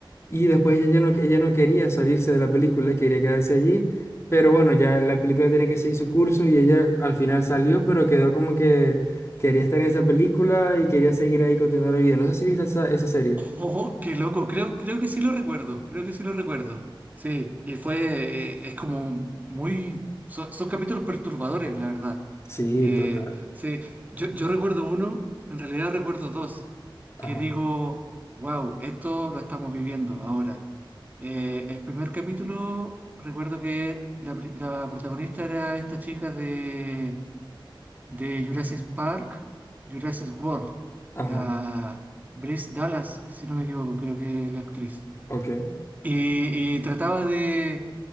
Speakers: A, on the left; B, on the right.
A: Y después ella ya no, ella no quería salirse de la película y quería quedarse allí. Pero bueno, ya la película tenía que seguir su curso y ella al final salió, pero quedó como que Quería estar en esa película y quería seguir ahí continuando la vida. No sé si viste esa, esa serie.
B: Oh, qué loco. Creo, creo que sí lo recuerdo. Creo que sí lo recuerdo. Sí, y fue, eh, es como muy, son, son capítulos perturbadores, la verdad.
A: Sí,
B: Eh,
A: total.
B: sí, yo, yo recuerdo uno, en realidad recuerdo dos,
A: Ajá,
B: que digo, wow, esto lo estamos viviendo ahora. Eh, el primer capítulo, recuerdo que la, pri- la protagonista era esta chica de, de Jurassic Park, Jurassic World,
A: ajá,
B: la Bryce Dallas, si no me equivoco, creo que es la actriz.
A: ok.
B: Y, y trataba de,